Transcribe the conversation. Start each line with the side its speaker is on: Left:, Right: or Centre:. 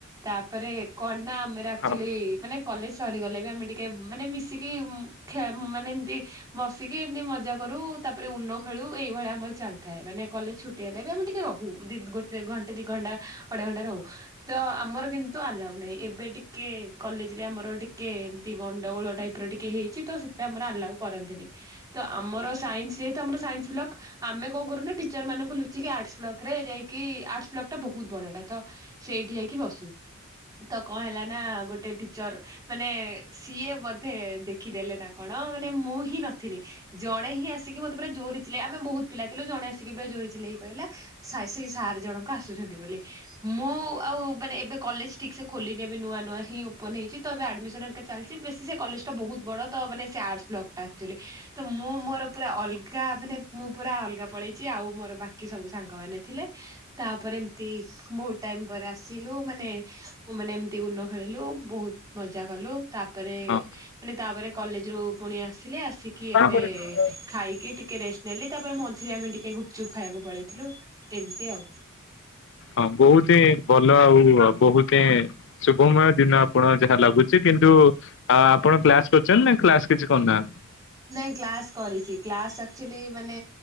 Right: ତାପରେ କନା ଆମର ଆକଚୁଆଲି
Left: ହଁ ହଉ ହଁ ହଁ ହଉ ହଁ ହଁ ହଁ
Right: ମାନେ କଲେଜ ସରିଗଲେ ବି ଆମେ ଟିକେ ମାନେ ମିଶିକି ଉଁ ମାନେ ଏମତି ବସିକି ଏମିତି ମଜା କରୁ ତାପରେ ଉନ ଖେଳୁ ଏଇ ଏହି ଭଳିଆ ଆମର ଚାଲିଥାଏ ମାନେ କଲେଜ ଛୁଟି ହେଲେ ବି ଆମେ ଟିକେ ରହୁ ଦି ଘଣ୍ଟେ ଦି ଘଣ୍ଟା ଅଢେ ଘଣ୍ଟା ରହୁ। ତ ଆମର କିନ୍ତୁ ଆଲାଉ ନାହିଁ ଏବେ ଟିକେ କଲେଜରେ ଆମର ଟିକେ ଏମତି ଗଣ୍ଡଗୋଳ ଟାଇପର ଟିକେ ହେଇଛି ତ ସେଟା ପାଇଁ ଆମର ଆଲଉ କରନ୍ତିନି ତ ଆମର ସାଇନ୍ସ ଯେହେତୁ ଆମର ସାଇନ୍ସ୍ ବ୍ଲକ ଆମେ କଁ କରୁନା ଟିଚର ମାନଙ୍କୁ ଲୁଚିକି ଆର୍ଟସ ବ୍ଲକରେ ଯାଇକି ଆର୍ଟସ୍ ବ୍ଲକ ଟା ବହୁତ ବଡ ଟା ତ ସେଇଠି ଯାଇକି ବସୁ। ତ କଣ ହେଲା ନା ଗୋଟେ ଟିଚର ମାନେ ସିଏ ବୋଧେ ଦେଖିଦେଲେ ନା କଣ ହଁ ମାନେ ମୁଁ ହିଁ ନଥିଲି, ଜଣେ ହିଁ ଆସିକି ମତେ ପୁରା ଜୋରେ ଆମେ ବହୁତ ପିଲା ଥିଲୁ, ଜଣେ ଆସିକି ପୁରା ଜୋରେ ଚିଲେଇକି କହିଲେ -ସେଇ ସାର ଜଣକ ଆସୁଛନ୍ତି ବୋଲି ମୁଁ ଆଉ ମାନେ, ଏବେ କଲେଜ ଠିକ ସେ ଖୋଲିଲିନି ଏବେ ନୂଆ ନୂଆ ହିଁ ଓ ଉପନ ହୋଇଛି ତ ଏବେ ଆଡମିସନର ଚାଲିଛି ବେଶୀ ସେ କଲେଜ ଟା ବହୁତ ବଡ଼ ଦ ଆର୍ଟସ୍ ବ୍ଲକ୍ ଆକ୍ଚୁଲୀ, ତ ମୁଁ ମୋର ପୁରା ଅଲଗା ମାନେ ମୁଁ ପୁରା ଅଲଗା ପଳେଇଛି ଆଉ ମୋର ବାକି ସବୁ ସାଙ୍ଗ ମାନ ଥିଲେ ତାପରେ ଏମତି ବହୁତ ଟାଇମ ପରେ ଆସିଲୁ, ମାନେ ମାନେ ଏମତି ଉନ ଖେଳିଲୁ ବହୁତ ମଜା କଲୁ ତାପରେ
Left: ହଁ
Right: ମାନେ <unintelligible> ତାପରେ କଲେଜ ରୁ ପୁଣି ଆସିଲେ ଆସିକି
Left: ହଁ
Right: ଏବେ
Left: ହଁ
Right: ଖାଇକି ଟି ଟିକେ ରେଷ୍ଟ ନେଲି ତାପରେ ମଝିରେ ଆମେ ଟିକେ ଗୁପଚୁପ୍ ଖାଇବାକୁ ପଳେଇଥିଲୁ, ଏମିତି ଆଉ
Left: ହଁ ବହୁତ ହିଁ ଭଲ ଆଉ ବହୁତି ହିଁ ଶୁଭମୟ ଦିନ ଆପଣ ଯାହା ଲାଗୁଛି କିନ୍ତୁ ନ୍ତୁ ଆପଣ କ୍ଲାସ କରୁଛନ୍ତି ନା କ୍ଲାସ କିଛି କରୁନାହାନ୍ତି
Right: ନାଇଁ କ୍ଲାସ କରିଛି, କ୍ଲାସ ଆଚୁଲି ମାନେ